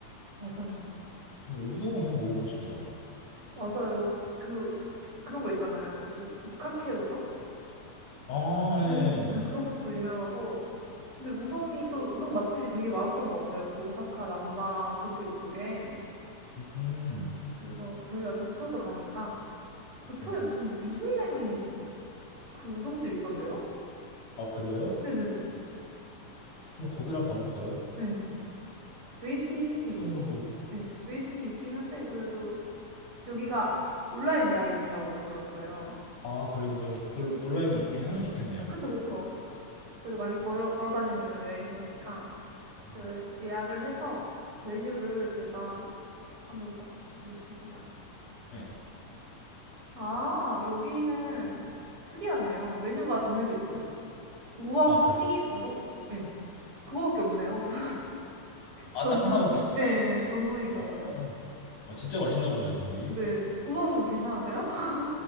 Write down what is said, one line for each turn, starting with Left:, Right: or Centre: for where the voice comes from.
Right: 맞아요.
Left: 우동을 한번 먹어보고 싶더라고요.
Right: 맞아요. 그, 그런 거 있잖아요. 그, 북카케 우동?
Left: 아, 예.
Right: 그런 것, 네, 그런 것도 유명하고. 근데 우동이 또, 우동 맛집이 되게 많았던 것 같아요. 그 오사카 남바 그또 이쪽에.
Left: 음,
Right: 그래서 저희가 교토도 가니까 교토에
Left: 네.
Right: 무슨 미슐랭 그 우동집 있던데요?
Left: 아 그래요?
Right: 네네네.
Left: 그럼 거기를 한번 봐볼까요?
Right: 네. 웨이팅이
Left: 우동으로.
Right: 네, 웨이팅이 있긴 한데 그래도 여기가 온라인 예약이 된다고 들었어요.
Left: 아 그래 그러면 그걸로 온라인으로 미리 하면 좋겠네요.
Right: 그쵸 그쵸. 그래서 많이 걸어 걸어 다니는 그런 여행일 테니까
Left: 음,
Right: 예- 예약을 해서 메뉴를 제가 한번 보, 보겠습니다.
Left: 네. 아
Right: 아 여기는 특이하네요. 메뉴가 정해져 있어요. 우엉
Left: 아, 그래요?
Right: 튀김 우동? 네. 그거밖에 없네요. <laughs> 우엉
Left: 아
Right: 전문,
Left: 딱 하나밖에 없어요?
Right: 예, 예, 전문인가
Left: 어.
Right: 봐요.
Left: 아, 진짜 맛있나 보네요, 거기.
Right: 네. 우엉 괜찮으세요? <laughs>